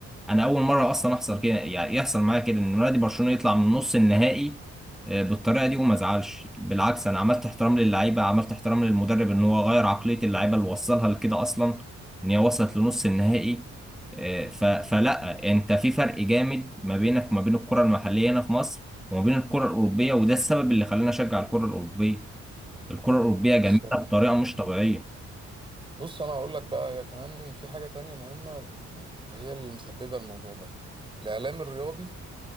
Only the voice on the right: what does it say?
بالظبط
بص انا هقول لك بقى هي كمان في حاجة تانية مهمة ب- هي اللي مسببة الموضوع ده الاعلام الرياضي